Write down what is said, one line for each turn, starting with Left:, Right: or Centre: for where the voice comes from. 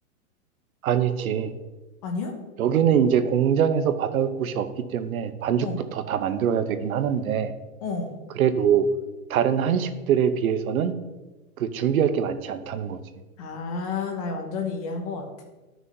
Right: 아니지.
Left: 아니야?
Right: 여기는 이제 공장에서 받아올 곳이 없기 때문에 반죽부터
Left: 어,
Right: 다 만들어야 되긴 하는데
Left: 어.
Right: 그래도 다른 한식들에 비해서는 그 준비할 게 많지 않다는 거지.
Left: 아, 나 완전히 이해한 것 같아.